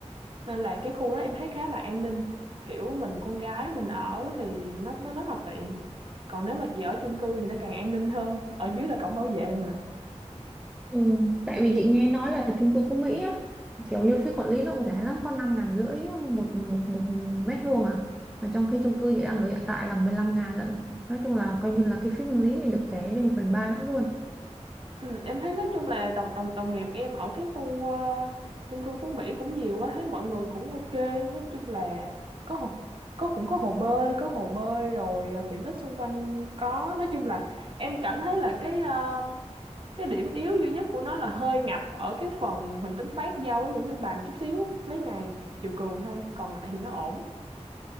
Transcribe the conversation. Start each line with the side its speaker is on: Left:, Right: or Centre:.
Right: nên là cái khu đó em thấy khá là an ninh kiểu mình con gái mình ở thì nó nó rất là tiện còn nếu mà chị ở chung cư thì nó càng an ninh hơn ở dưới là cổng bảo vệ mà
Centre: Ừ, tại vì chị nghe nói là chung cư Phú Mỹ á, kiểu như phí quản lý nó cũng rẻ lắm, có năm ngàn rưỡi một, một, một mét vuông à. Mà trong khi chung cư chị đang ở hiện tại là mười lăm ngàn lận. Nói chung là coi như là cái phí quản lý mình được rẻ đi một phần 3 nữa luôn.
Right: Ừ, em thấy nói chung là đồng đồng đồng nghiệp em ở cái khu ờ, chung cư Phú Mỹ cũng nhiều quá thấy mọi người cũng ok nói chung là có hồ, có cũng có hồ bơi có hồ bơi rồi ờ, tiện ích xung quanh có nói chung là em cảm thấy là cái ờ, cái điểm yếu duy nhất của nó là hơi ngập ở cái phần Huỳnh Tấn Phát giao với Nguyễn Lương Bằng chút xíu mấy ngày chiều cường thôi còn lại thì nó ổn